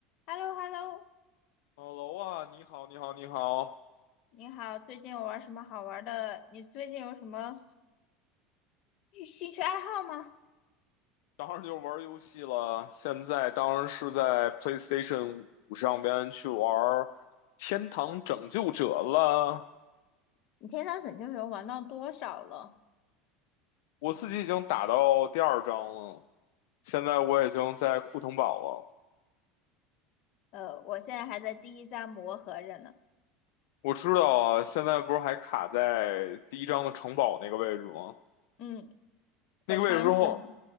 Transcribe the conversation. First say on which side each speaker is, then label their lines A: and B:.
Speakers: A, on the left; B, on the left.
A: h e l l o h e l l o
B: Hello 啊，你好，你好，你好，
A: 你好，最近有玩什么好玩的？你最近有什么兴兴趣爱好吗？
B: 当然就是玩游戏了。现在当然是在 PlayStation 五上边去玩天堂拯救者》了。
A: 你天堂拯救球玩到多少了？
B: 我自己已经打到第二章了，现在我已经在库腾堡了。
A: 呃，我现在还在第一章磨合着呢。
B: 我知道啊，现在不是还卡在第一章的城堡那个位置吗？
A: 嗯，可伤心了。
B: 那个位置之后，